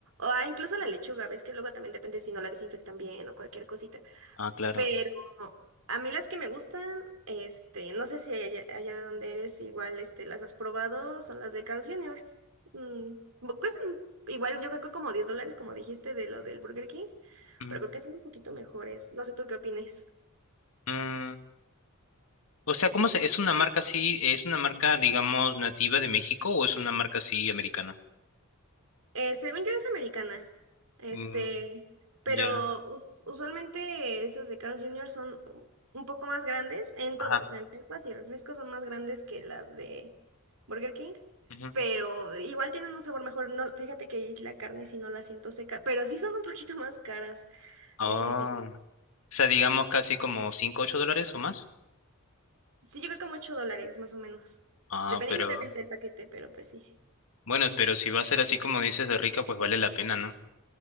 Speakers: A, on the right; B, on the left.
A: ah, incluso la lechuga. Ves que luego también depende si no la desinfectan bien o cualquier cosita.
B: Ah, claro.
A: Pero a mí las que me gustan, este, no sé si allá, allá de donde eres igual, este, las has probado, son las de Carl Jr. Mm, bu- cuestan igual, yo creo que como 10 dólares, como dijiste de lo del Burger King,
B: Ujú.
A: pero creo que son un poquito mejores. No sé tú qué opines.
B: Mm, o sea, ¿cómo se, es una marca así, es una marca, digamos, nativa de México o es una marca así americana?
A: Eh, según yo es americana, este,
B: Mm,
A: pero
B: ya.
A: us- usualmente esas de Carl's Jr. son un un poco más grandes en
B: Ajá.
A: todo, o sea, en papas y refrescos son más grandes que las de Burger King,
B: ujú.
A: pero igual tienen un sabor mejor. No, fíjate que la carne si no la siento seca, pero sí son un poquito <laughs> más caras,
B: Ah,
A: eso sí.
B: o sea, digamos casi como 5 8 dólares o más.
A: Sí, yo creo que como 8 dólares más o menos,
B: Ah,
A: dependiendo
B: pero...
A: obviamente del paquete, pero pues sí.
B: Bueno, pero si va a ser así como dices de rica, pues vale la pena, ¿no?